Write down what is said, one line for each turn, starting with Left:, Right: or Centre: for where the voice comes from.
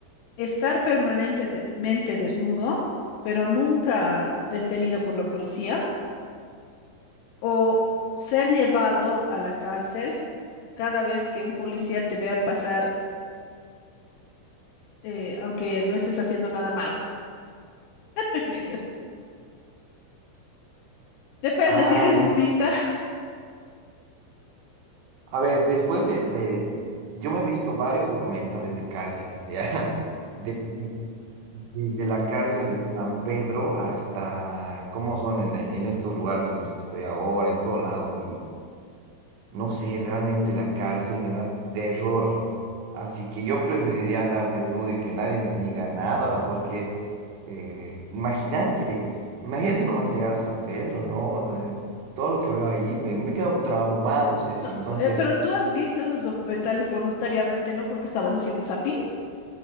Left: ¿Estar permanentemente desnudo, pero nunca detenido por la policía? ¿O ser llevado a la cárcel cada vez que un policía te vea pasar eh, aunque no estés haciendo nada malo. <laughs> Me dio- Depende,
Right: ay,
Left: si eres nudista, <laughs>
Right: a ver, después de, de- yo me he visto varios documentales de cárceles, ¿ya? <laughs> De- de- desde la cárcel de San Pedro hasta cómo son en, en estos lugares en los que estoy ahora, en todo lado. No sé, realmente la cárcel me da terror. Así que yo preferiría andar desnudo y que nadie me diga nada, porque eh, imagínate, imagínate nomás llegar a San Pedro, ¿no? Eh, todo lo que veo ahí, me, me he quedado traumado, Ceci.
Left: no,
Right: Entonces,
Left: eh, pero tú has visto esos documentales voluntariamente, ¿no? Porque estabas haciendo zapping.